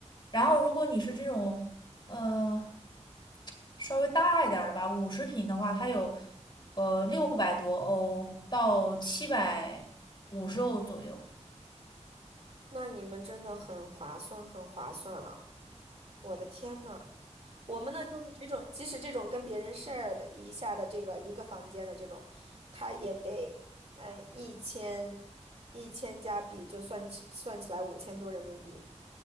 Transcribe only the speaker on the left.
然后如果你是这种呃稍微大一点儿的吧，五十平的话，它有呃六百多欧到七百五十欧左右。